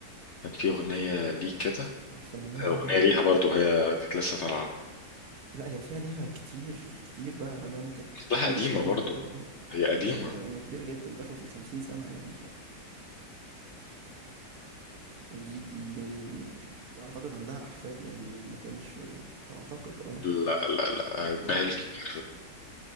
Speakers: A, on the left; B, on the right.
A: كان في أغنية ليه كده
B: الفنانة
A: أغنية ليها برضو هي كانت لسه طالعة
B: لا هي فيها ليها كتير كتير بقى فاهم كانت تخينة
A: لها قديمة
B: شوية
A: برضو
B: كده اه
A: هي قديمة
B: أيوة هي هي كبيرة جدا داخلة في الخمسين سنة يعني ف دي دي يعني أعتقد عندها أحفاد يعني ما كانش أعتقد اه
A: لا لا لا
B: ملهاش
A: ابنها الكبير